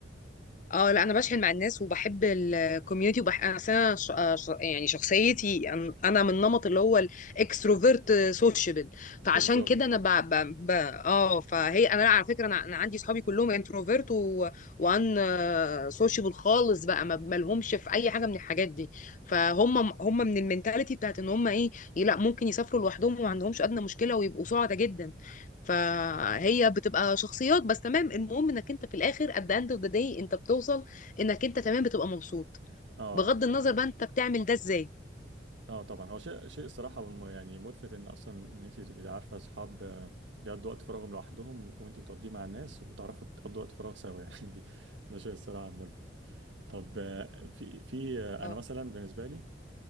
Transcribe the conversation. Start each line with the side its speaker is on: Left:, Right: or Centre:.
Left: اه لا انا بشحن مع الناس وبحب الكوميونتي وبح انا أصل أنا ش... آه، ش- يعني شخصيتي أن- انا من النمط اللي هو الاكستروفرت سوشيبل
Right: بالظبط
Left: فعشان كده انا ب... ب... ب... اه فهي انا لا على فكره انا, أنا عندي صحابي كلهم انتروفرت و... وان سوشيبل خالص بقى ما ما لهمش في اي حاجه من الحاجات دي فهم هم من المنتاليتي بتاعت ان هم ايه لا ممكن يسافروا لوحدهم وما عندهمش ادنى مشكله ويبقوا سعداء جدا فهي بتبقى شخصيات بس تمام المهم انك انت في الاخر at the end of the day انت بتوصل انك انت تمام بتبقى مبسوط
Right: اه
Left: بغض النظر بقى انت بتعمل ده ازاي
Right: اه طبعا هو شيء شيء الصراحه م- يعني ملفت ان اصلا ان انت تبقي عارفه اصحاب آه، بيقضوا وقت فراغهم لوحدهم و- وانت بتقضيه مع الناس وتعرفوا تقضوا وقت فراغ سوا <laughs> يعني دي ده شيء الصراحه ملفت طب آه، في في آه،
Left: اه
Right: انا مثلا بالنسبه لي